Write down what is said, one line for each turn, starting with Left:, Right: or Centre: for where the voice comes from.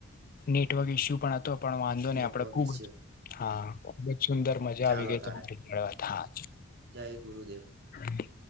Left: નેટવર્ક ઈસ્યુ પણ હતો પણ વાંધો
Right: નેટવર્ક
Left: નહી આપડે ખુબ
Right: વિશે
Left: હા ખુબ જ સુંદર મજા
Right: ચાલો
Left: આવી ગઈ
Right: તારે
Left: તમારી જોડ વાત હા
Right: જય ગુરુદેવ
Left: હા